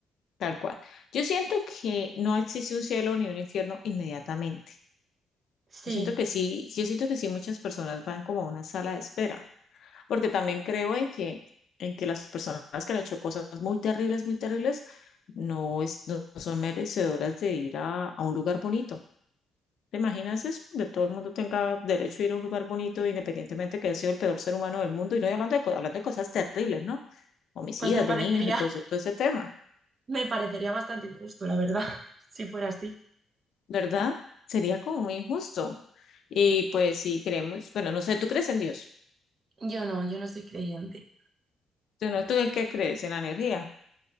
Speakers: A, on the left; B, on the right.
A: Tal cual. Yo siento que no existe un cielo ni un infierno inmediatamente.
B: sí.
A: Yo siento que sí, sí, yo siento que sí muchas personas van como a una sala de espera, porque también creo en que, en que las personas que han hecho cosas muy terribles, muy terribles, no, es, no son merecedoras de ir a, a un lugar bonito. ¿Te imaginas eso? De todo el mundo tenga derecho a ir a un lugar bonito, independientemente que haya sido el peor ser humano del mundo, y no hablando de, co- hablando de cosas terribles, ¿no? Homicidas
B: Pues me parecería,
A: de niños y cosas, todo ese tema.
B: me parecería bastante injusto, la verdad, <laughs> si fuera así.
A: ¿verdad? Sería como muy injusto. Y pues si creemos, bueno, no sé, ¿tú crees en Dios?
B: Yo no, yo no soy creyente.
A: ¿Tú, no, tú en qué crees? ¿En la energía?